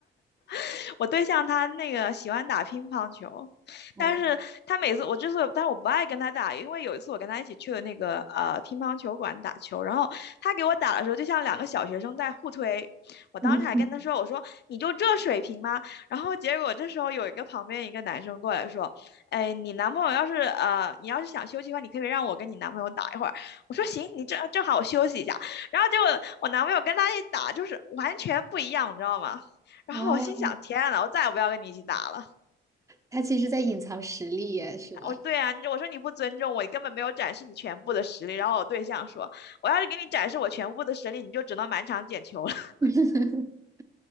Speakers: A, on the left; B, on the right.
A: <laughs> 我对象他那个喜欢打乒乓球，
B: <laughs> 啊，
A: 但是他每次我之所以，但是我不爱跟他打，因为有一次我跟他一起去了那个呃乒乓球馆打球，然后他给我打的时候，就像两个小学生在互推。我当时还跟他说：
B: 嗯
A: “我说你就这水平吗？”然后结果这时候有一个旁边一个男生过来说：“哎，你男朋友要是呃，你要是想休息的话，你可以让我跟你男朋友打一会儿。”我说：“行，你正正好我休息一下。”然后结果我男朋友跟他一打，就是完全不一样，你知道吗？然后我心想，
B: 啊，
A: 天呐，我再也不要跟你一起打了。
B: 他其实在隐藏实力耶，是吧？
A: 我说对啊，你我说你不尊重我，你根本没有展示你全部的实力。然后我对象说，我要是给你展示我全部的实力，你就只能满场捡球了。<laughs>
B: <laughs>